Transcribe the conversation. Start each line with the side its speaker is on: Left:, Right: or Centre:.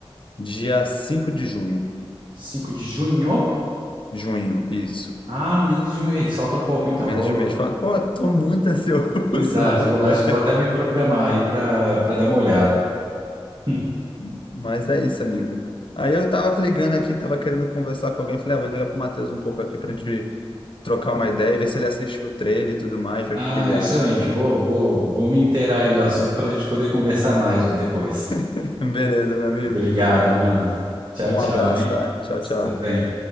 Left: Dia 5 de junho.
Right: 5 de junho?
Left: Junho, isso.
Right: Ah, menos de um mês. Falta um pouco então.
Left: Menos
Right: Vou.
Left: de mês. Fala, pô, tô muito ansioso, <laughs>
Right: Exato,
Left: você não tem
Right: vou-
Left: ideia.
Right: acho que vou até me programar aí para para dar uma olhada. <laughs>
Left: Mas é isso, amigo. Aí eu tava ligando aqui, tava querendo conversar com alguém. Falei, ah, vou ligar pro Matheus um pouco aqui pra gente trocar uma ideia e ver se ele assistiu o trailer e tudo mais, ver
Right: Ah,
Left: o que que ele
Right: excelente.
Left: acha.
Right: Vou, vou, vou me inteirar aí do assunto para a gente poder conversar mais depois.
Left: <laughs> Beleza, meu amigo.
Right: Obrigada, mano. Tchau,
Left: Um
Right: tchau,
Left: abraço,
Right: hein?
Left: tá? Tchau,
Right: Você
Left: tchau.
Right: também.